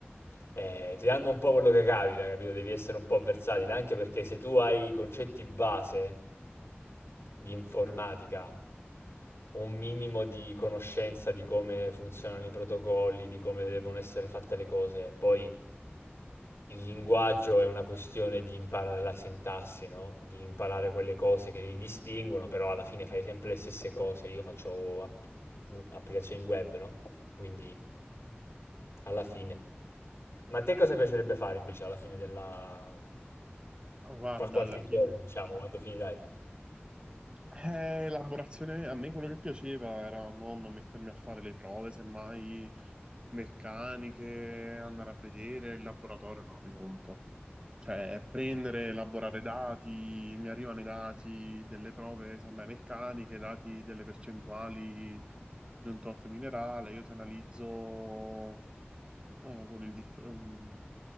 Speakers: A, on the left; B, on the right.
A: Eh, ti danno un po' quello che capita, capito? Devi essere un po' versatile, anche perché se tu hai i concetti base di informatica,
B: Ok.
A: un minimo di conoscenza di come funzionano i protocolli, di come devono essere fatte le cose, poi il linguaggio è una questione di imparare la sintassi, no, di imparare quelle cose che li distinguono, però alla fine fai sempre le stesse cose. Io faccio app u applicazioni web, no, quindi alla fine. Ma a te cosa piacerebbe fare invece alla fine della
B: Guarda,
A: fra qualche
B: alla fine,
A: giorno, diciamo, quando finirai?
B: eh, elaborazione, a me quello che piaceva era non mettermi a fare le prove, semmai meccaniche, andare a vedere il laboratorio, no, mi rompo. Cioè, prendere, elaborare dati, mi arrivano i dati delle prove, semmai meccaniche, dati delle percentuali di un tot minerale, io ti analizzo eh, con il, dif- mm,